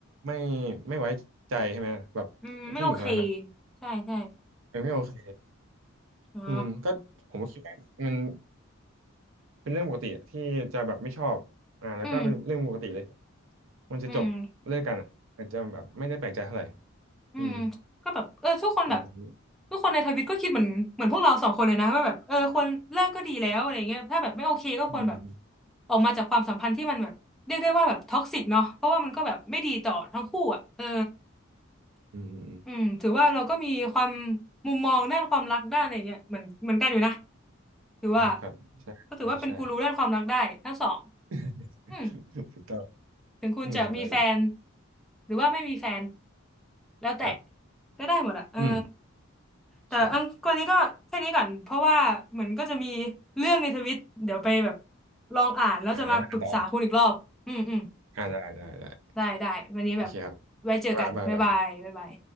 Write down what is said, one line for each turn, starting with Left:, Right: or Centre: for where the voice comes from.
Right: ไม่ไม่ไว้ใจใช่ไหมแบบ
Centre: อืมไม่โอเค
Right: ผู้หญิงคนนั้นอ่ะ
Centre: ใช่ใช่
Right: มันไม่โอเค
Centre: อ๋อ
Right: อืมก็ผมก็คิดว่ามันเป็นเรื่องปกติที่จะแบบไม่ชอบอ่าแล้วก็เป็นเรื่องปกติเลย
Centre: อืม
Right: มันจะจบเลิกกันอะอาจจะแบบไม่ได้แปลกใจเท่าไหร่
Centre: อืมอืม
Right: อืม
Centre: ก็แบบเออทุกคนแบบ
Right: ประมาณนี้
Centre: ทุกคนในทวิตก็คิดเหมือนเหมือนพวกเราสองคนเลยนะว่าแบบเออควรเลิกก็ดีแล้วอะไรเงี้ยถ้าแบบไม่โอเคก็ควรแบบ
Right: อืม
Centre: ออกมาจากความสัมพันธ์ที่มันแบบเรียกได้ว่าแบบท็อกซิกเนาะเพราะว่ามันก็แบบไม่ดีต่อทั้งคู่อ่ะเออ
Right: อืมอืมอืม
Centre: อืมถือว่าเราก็มีความมุมมองด้านความรักด้านอะไรเงี้ยเหมือนเหมือนกันอยู่นะถือว่า
Right: นะครับใช่ใช่
Centre: ก็ถือว่าเป็นกูรูด้านความรักได้ทั้งสอง
Right: <laughs> ใช่ <laughs>
Centre: อืม
Right: ถูกต้อง
Centre: ถึงคุณจะมีแฟน
Right: อืมถูกต้องถูกต้อง
Centre: หรือว่าไม่มีแฟนแล้วแต่
Right: ครับ
Centre: ก็ได้หมดอะเออ
Right: อืม
Centre: แต่อันคนนี้ก็แค่นี้ก่อนเพราะว่าเหมือนก็จะมี
Right: ใช่
Centre: เรื่องในทวิตเดี๋ยวไปแบบลองอ่านแล้วจะมาปรึกษาคุณอีกรอบอืมอืม
Right: อ่าไปอ่านต่ออ่าได้ได้ได้
Centre: ได้ได้วันนี้แบบ
Right: โอเคครับ
Centre: ไว้เจอกันบ๊ายบายบ๊ายบาย
Right: บ๊ายบายบ๊ายบาย